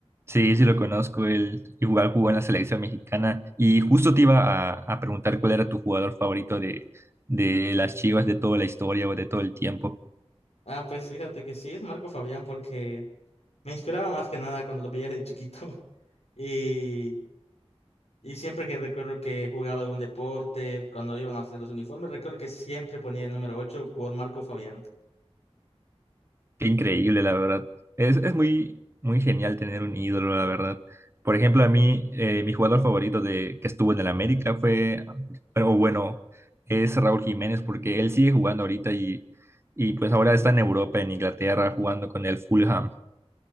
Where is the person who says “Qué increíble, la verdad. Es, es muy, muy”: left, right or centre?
Right